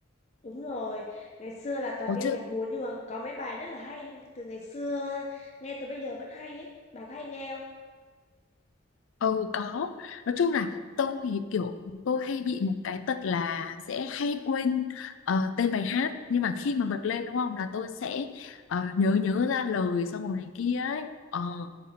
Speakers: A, on the left; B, on the left.
A: đúng rồi ngày xưa là toàn
B: oh,
A: nghe nhạc buồn nhưng mà có mấy bài rất là hay từ ngày xưa ha. nghe từ bây giờ vẫn hay ấy bà có hay nghe không
B: Ừ có Nói chung là tôi thì kiểu Tôi hay bị một cái tật là Sẽ hay quên ờ, tên bài hát Nhưng mà khi mà bật lên đúng không Là tôi sẽ ờ, nhớ nhớ ra lời Xong rồi này kia ấy Ờ, Nói
A: ừ,